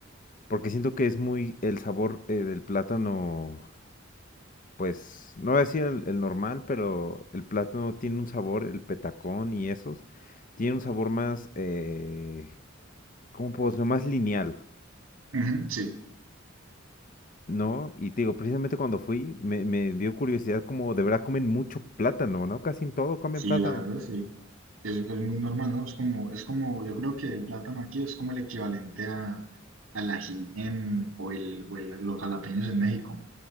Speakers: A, on the left; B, on the right.
A: porque siento que es muy el sabor eh, del plátano, pues, no voy a decir el, el normal, pero el plátano tiene un sabor, el petacón y esos, tiene un sabor más, eh, ¿cómo puedo decirlo? Más lineal,
B: Ujú, sí.
A: ¿no? Y te digo, precisamente cuando fui, me, me dio curiosidad como de verdad comen mucho plátano, ¿no? Casi en todo comen
B: Sí,
A: plátano.
B: la verdad, sí. Es, es muy normal, ¿no? Es como, es como, yo creo que el plátano aquí es como el equivalente a, al ají en, o el, o el- los jalapeños en México.